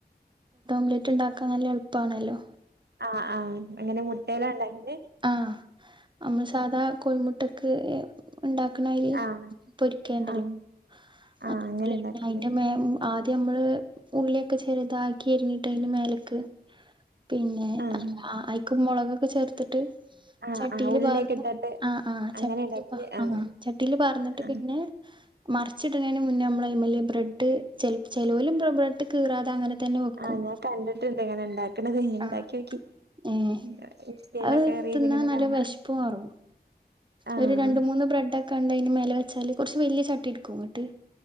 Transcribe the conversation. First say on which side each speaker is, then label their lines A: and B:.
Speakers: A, on the right; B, on the right.
A: ബ്ലെറ്റ് ഉണ്ടാക്കാൻ നല്ല എളുപ്പണല്ലോ
B: ആആഹ അങ്ങനെ മുടല ഉണ്ടാക്കില്
A: ആഹ നമ്മൾ സാധാ കോഴിമുട്ടക്ക് ഉണ്ടാക്കണര്
B: ആഹ്
A: പൊരിക്കണ്ടല്ലോ
B: ആഹ് ആഹ്
A: അതേപോലെെ
B: അങ്ങനെ ഇണ്ടാക്കൂലേ
A: അതിന്റെ ആദ്യം നമ്മള് ഉള്ളിയൊക്കെ ചെറുതാക്കി എരിഞ്ഞിട്ട് അതലേക്ക് പിന്നെ
B: ആഹ്
A: അഐക്ക മുളകൊക്കെ ചേർത്തിട്ട്
B: ആഹ്
A: ചട്ടിയില്
B: ആഹ് ഉള്ളിയൊക്കെ
A: പാർന്ന്
B: ഇട്ടിട്ട്
A: ആ ആഹ്
B: അങ്ങനെ
A: ചട്ടിൽ
B: ഇണ്ടാക്കല്
A: ആ
B: ആഹ്
A: ചട്ടിൽ പാർന്നിട്ട്
B: ആഹ്
A: പിന്നെ മറിച്ചിടുന്നതിന് മുന്നേ നമ്മളയ് മലെ ബ്രെഡ് ച ല്ചിലോ ല് ബ്രെഡ് കീറാതെ അങ്ങനെ തന്നെ വെക്കും
B: ആഹ് ഞാൻ കണ്ടിട്ടുണ്ട് ഇങ്ങനെ ഉണ്ടായി നെലെ കയ്ഞ്ഞ്ഇണ്ടാക്കി
A: ആഹ് ഏഹ്
B: നോക്കിലക്കെഎറില
A: അത് തിന്നാൻ
B: ഇങ്ങനെ
A: നല്ല
B: കാണാ
A: വിശപ്പ് മാറും
B: ആഹ്
A: ഒരു രണ്ട മൂന്ന് ബ്രെഡ് ഒക്കെ ഉണ്ട അതിന് മല വെച്ചാല് കുറച്ച് വല്ിയ ചട്ടി എടുക്കും അങ്ങോട്ട്